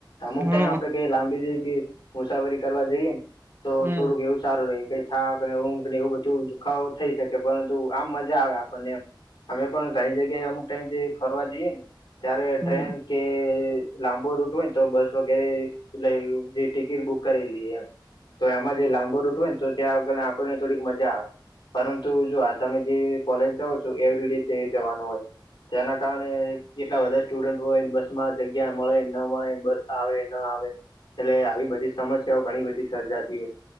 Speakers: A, on the left (about 75°); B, on the right (about 25°).
A: અમુક
B: હમ
A: ટાઈમ <unintelligible> મુસાફરી કરવા જઈએ ને તો
B: હમ
A: થોડુંક એવું સારું રે કઈ થાક ને ઊંઘ ને એવું બધું દુખાવો થઈ શકે પરંતુ આમ મજા આવે આપણને એમ અમે પણ ઘણી જગ્યા અમુ ટાઈમેથી ફરવા જીએ ને ત્યારે ટ્રેન
B: હા
A: કે લાંબો રૂટ હોયને તો બસ વગેરે લય જે ટિકિટ બુક કરી લીએ એમ તો એમાં જે લાંબો રૂટ હોય ને તો ત્યાં આગળ આપણને થોડીક મજા આવે પરંતુ જો આ તમે જે કોલેજ જાઓ છો એવરીડી જે જવાનું હોય જેના કારણે એટલા બધા સ્ટુડન્ટ હોયને બસ માં જગ્યા મળે ન મળે બસ આવે ન આવે એટલે આવી બધી સમસ્યાઓ ઘણી બધી સર્જાતી હોય